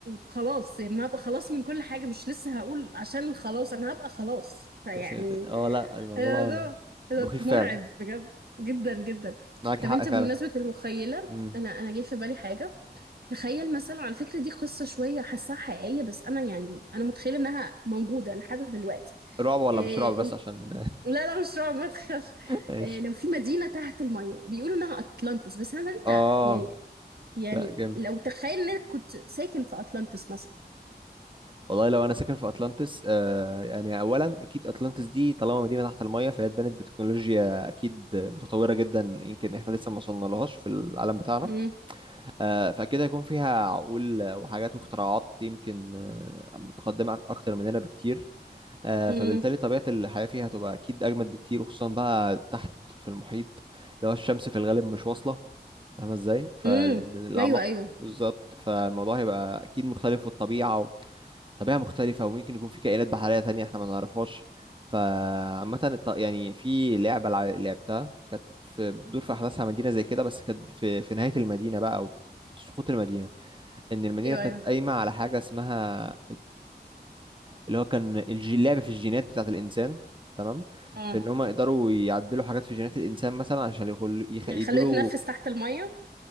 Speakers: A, on the right; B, on the right.
A: خلاص يعني هبقى خلاص من كل حاجة مش لسه هقول عشان الخلاص أنا هبقى خلاص
B: <laughs>
A: فيعني
B: يا ساتر اه لا الموضوع
A: الموضوع
B: ده
A: ده
B: مخيف
A: مرعب
B: فعلا
A: بجد جدا جدا
B: معاك
A: طب
B: حق
A: انت
B: فعلا
A: بمناسبة المخيلة
B: مم.
A: انا انا جه في بالي حاجة تخيل مثلا على فكرة دي قصة شوية حاساها حقيقية بس انا يعني انا متخيلة انها موجودة لحد دلوقتي
B: رعب ولا
A: إيه
B: مش رعب بس
A: إن...
B: عشان
A: لا لا مش رعب ما تخافش
B: <laughs> ايش
A: إيه لو في مدينة تحت المية بيقولوا انها اطلانتس بس انا انت
B: اه
A: يعني يعني
B: لا جامد
A: لو تخيل انك كنت ساكن في اطلانتس مثلا
B: والله لو انا ساكن في اطلانتس آه يعني اولا اكيد اطلانتس دي طالما مدينه تحت الميه فهي اتبنت بتكنولوجيا اكيد متطوره جدا يمكن احنا لسه ما وصلنا لهاش في العالم بتاعنا
A: امم
B: آه فاكيد هيكون فيها عقول وحاجات واختراعات يمكن آه، متقدمه اكتر مننا بكتير آه،
A: امم
B: فبالتالي طبيعة الحياة فيها هتبقى أكيد أجمد بكتير وخصوصا بقى تحت في المحيط اللي هو الشمس في الغالب مش واصلة فاهمة ازاي؟ فلأن
A: امم
B: الأعماق
A: ايوه ايوه
B: بالظبط فالموضوع هيبقى أكيد مختلف والطبيعة و... طبيعة مختلفة وممكن يكون في كائنات بحرية تانية احنا ما نعرفهاش فعامة الط- يعني في لعبة لع- لعبتها كانت في بتدور في أحداثها مدينة زي كده بس كانت في في نهاية المدينة بقى أو في سقوط المدينة إن المدينة
A: ايوه
B: كانت
A: ايوه
B: قايمة على حاجة اسمها اللي هو كان الج- اللعب في الجينات بتاعة الإنسان تمام
A: اه
B: في إن هم يقدروا يعدلوا حاجات في جينات الإنسان مثلا عشان يخل... يخ... يدوله
A: يعني خلوه يتنفس تحت المية